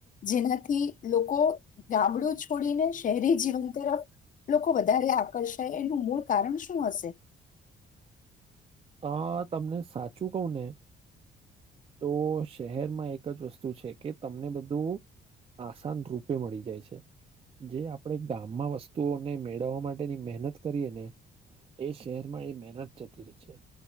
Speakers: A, on the left; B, on the right.
A: જેનાથી લોકો ગામડું છોડીને શહેરી જીવન તરફ લોકો વધારે આકર્ષાય એનું મૂળ કારણ શું હશે?
B: અ તમને સાચું કહું ને તો શહેરમાં એક જ વસ્તુ છે કે અ તમને બધું આસાન રૂપે મળી જાય છે જે આપણે ગામમાં વસ્તુઓને મેળવવા માટેની મહેનત કરીએ ને એ શહેરમાં એ મહેનત જતી રહે છે.